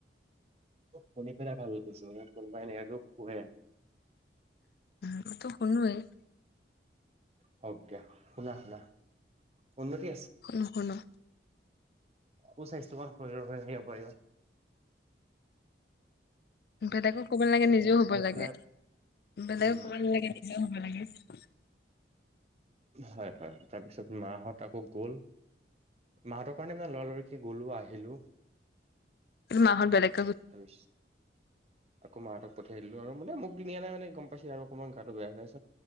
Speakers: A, on the right (about 35°); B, on the left (about 60°).
A: শুনি পেলাই ভাল লাগিছে কোনোবাই এনেকেও শুকুৱে।
B: মই ত শুৱেই।
A: হওক দিয়া শুনা শুনা। উন্নতি
B: নুশুনো।
A: সুস্বাস্থ্যমান হৈ হে আগবাঢ়িবা।
B: বেলেগক কব নালাগে নিজেও হ'ব লাগে।
A: পেলাই
B: বেলেগক
A: উম
B: কব নালাগে নিজেও হব লাগে। <unintelligible>
A: হয় হয় তাৰপিছত মাহঁত আকৌ গ'ল। মাহতৰ কাৰণে মানে লৰালৰিকে গলো আহিলো।
B: <unintelligible> মাহত বেলেগ।
A: তি আকৌ মাৰ। পঠাই দিলো আৰু মানে মোক নিনিলে মানে গম পাইছে আৰু অকমানটো বেয়া হৈছে।